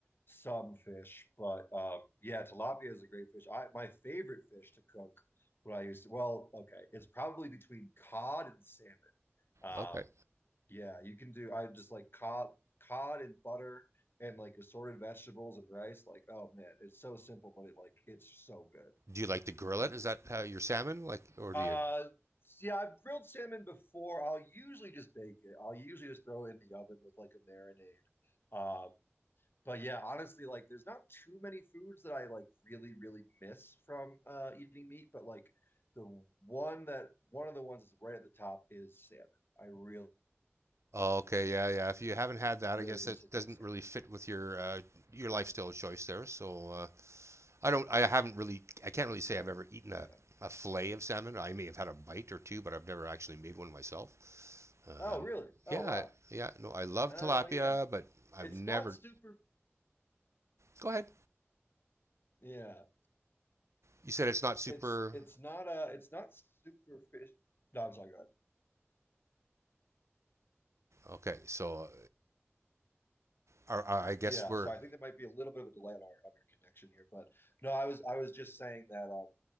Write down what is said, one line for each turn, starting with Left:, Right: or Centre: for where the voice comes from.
Left: some fish, but um yeah, tilapia is a great fish. I my favorite fish to cook when I used to, well, okay, it's probably between cod and salmon. Um
Right: Okay.
Left: yeah, you can do I just like cod cod and butter and like assorted vegetables and rice. Like, oh man, it's so simple, but it like it's so good.
Right: Do you like to grill it? Is that uh, your salmon, like, or do
Left: Uh,
Right: you?
Left: yeah, I've grilled salmon before. I'll usually just bake it. I'll usually just throw it in the oven with like a marinade. Um, but yeah, honestly, like there's not too many foods that I like really, really miss from uh, eating meat. But like the one that one of the ones that's right at the top is salmon. I really,
Right: Oh, okay, yeah, yeah. If you haven't had that,
Left: really
Right: I guess
Left: miss
Right: that
Left: a good
Right: doesn't
Left: salmon.
Right: really fit with your uh, your lifestyle choice there. So uh, I don't. I haven't really. I can't really say I've ever eaten a,
Left: Yeah.
Right: a fillet of salmon. I may have had a bite or two, but I've never actually made one myself. Um,
Left: Oh, really? Oh,
Right: yeah,
Left: wow.
Right: yeah. No, I love
Left: Oh,
Right: tilapia,
Left: yeah.
Right: but I've
Left: It's
Right: never.
Left: not super.
Right: Go ahead.
Left: Yeah.
Right: You said it's not super.
Left: It's it's not uh it's not super fish. No, I'm sorry. Go ahead.
Right: Okay, so uh, I I guess
Left: Yeah,
Right: we're.
Left: so I think there might be a little bit of a delay on our on our connection here, but no, I was I was just saying that um